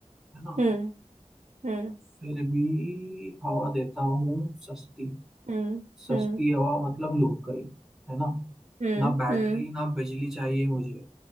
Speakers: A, in the centre; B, on the right.
A: है ना
B: हम्म हम्म
A: फिर भी हवा देता हूँ सस्ती
B: हम्म
A: सस्ती
B: हम्म
A: हवा मतलब लोकल है ना
B: हम्म
A: ना बैटरी
B: हम्म
A: ना बिजली चाहिए मुझे